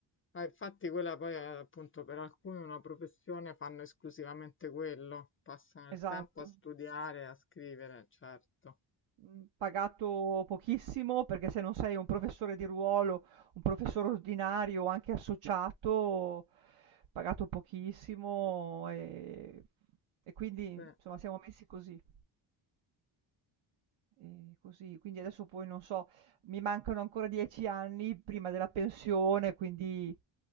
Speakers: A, on the left (about 30°); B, on the right (about 75°).
A: Ah, infatti quella poi è appunto per alcuni una professione, fanno esclusivamente quello, passano il
B: esatto,
A: tempo a studiare, a scrivere, certo.
B: mhmm, pagato pochissimo, perché se non sei un professore di ruolo, un professore ordinario o anche associato, pagato pochissimo, ehm, e quindi
A: Sì.
B: insomma siamo messi così. Ehm, così. Quindi adesso poi non so, mi mancano ancora 10 anni prima della pensione, quindi